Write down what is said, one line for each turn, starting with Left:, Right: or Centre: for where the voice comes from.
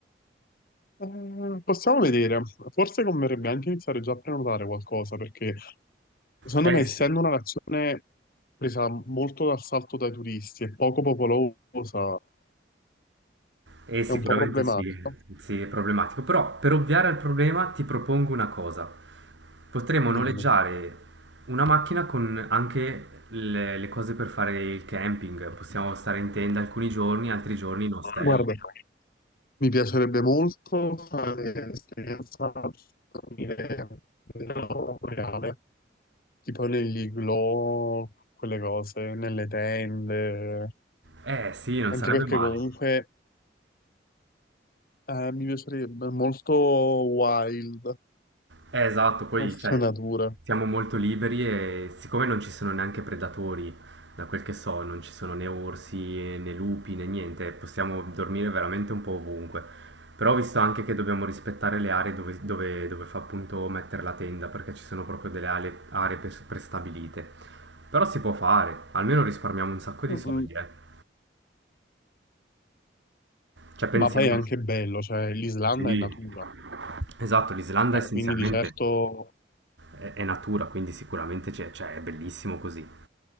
Left: Eh, possiamo vedere. Forse converrebbe anche iniziare già a prenotare qualcosa, perché secondo
Right: Eh
Left: me, essendo
Right: sì.
Left: una nazione presa molto d'assalto dai turisti e poco popolosa,
Right: Eh, sicuramente
Left: è un po' problematica.
Right: sì, sì, è problematico. Però per ovviare al problema ti propongo una cosa. Potremmo
Left: Dimmi.
Right: noleggiare una macchina con anche le, le cose per fare il camping. Possiamo stare in tenda alcuni giorni, altri giorni in ostello.
Left: Guarda. Mi piacerebbe molto fare un'esperienza come nella reale, tipo negli igloo, quelle cose, nelle tende,
Right: Eh sì, non
Left: anche
Right: sarebbe
Left: perché
Right: male.
Left: comunque eh, mi piacerebbe molto wild,
Right: Eh, esatto, poi
Left: molte
Right: cioè,
Left: natura.
Right: siamo molto liberi e siccome non ci sono neanche predatori, da quel che so, non ci sono né orsi né lupi né niente, possiamo dormire veramente un po' ovunque. Però ho visto anche che dobbiamo rispettare le aree dove, dove- dove fa appunto mettere la tenda, perché ci sono proprio delle ale- aree pres- prestabilite. Però si può fare, almeno risparmiamo un sacco di
Left: Mm,
Right: soldi, eh. Cioè pensiamo...
Left: Ma poi è anche bello, cioè l'Islanda
Right: Sì.
Left: è natura,
Right: Esatto, l'Islanda
Left: cioè,
Right: essenzialmente
Left: quindi di certo
Right: è, è natura, quindi sicuramente c'è- cioè, è bellissimo così.